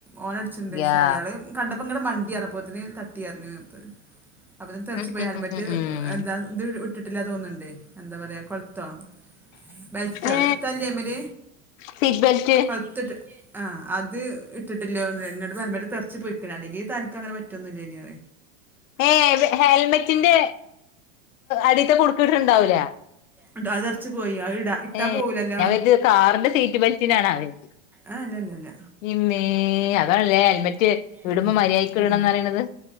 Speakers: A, in the centre; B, on the left (about 65°).
A: ഓണടിച്ചുണ്ട്ക്ഷെ
B: യാ
A: അയാള് കണ്ട അപ്പ ഇങ്ങടെ മണ്ടി അറപ്പോത്തിന് തട്ടിറിഞ്ഞപ്പ അപ്പൊ തെറച്ച
B: ഉം
A: പോയാലും
B: ഉം ഉം
A: പറ്റി
B: ഉം ഉം
A: എന്താ ഇത് ഇട്ടിട്ടില്ല തോന്നുന്നുണ്ട് എന്താ പറയാ കൊഴത്തോ വസ്റ്റ
B: ഏ
A: തല്ലല്ലായ മര
B: സീറ്റ് ബെൽറ്റ്
A: കൊലത്തിട്ട് ആ അത് ഇട്ടിട്ടില്ലോ എന്നോട് പരമ്പര തെറച്ചു പോൊയിക്കണം അല്ലെങ്കിൽ തനക്ക് അങ്ങനെ പറ്റൊന്നുമല്ല ഇനി
B: ഏ ഹെൽമെറ്റിന്റെ അടിത്തെ കൊടുക്കട്ടുണ്ടാവല
A: ഉ അത അറച്ചു പോയി അത് ഇടാ ഇട്ടാ
B: ഏ
A: പോവൂലല്ലോ
B: അവത് കാറിന്റെ സീറ്റ് ബെൽറ്റിനാണ് അവത്
A: ഏഹ് ഇല്ലല്ലല്ല
B: <inaudible> അതാണല്ലേ ഹെൽമെറ്റ് ഇവിടുമ്പോ
A: ഉം
B: മര്യായിക്ക ഇടണന്ന്റയണത്
A: ഉം